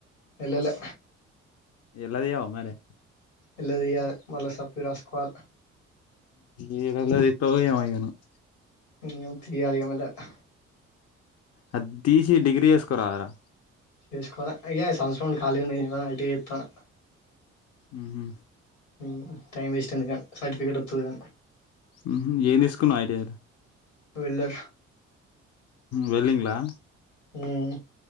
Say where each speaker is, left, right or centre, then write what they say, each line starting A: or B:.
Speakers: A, on the left (about 80°); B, on the left (about 45°).
A: ఎల్లలే
B: ఎల్లదీయవా మరీ
A: ఎల్లదీయాలే మళ్ళ సప్లీ రాస్కోవాలే
B: యేడ ఎల్లదీత్తవో ఏమో ఇగ నువ్
A: ఏమో తీయాలని ఇగ మెల్లగా
B: అది దీసీ డిగ్రీ జేసుకో రాదురా
A: చేసుకోవాలే అయ్యాక ఈ సంవత్సరం ఖాళీ ఉన్నా ఐటీ జేత్తున
B: ఉమ్ హూ
A: ఉమ్ టైమ్ వేస్ట్ ఎందుకని సర్టిఫికేట్ వత్తది కాని
B: హుహూ ఏ దీసుకున్నావ్ ఐటీయేల
A: వెళ్ళా
B: వెళ్ళింగ్లా
A: ఉమ్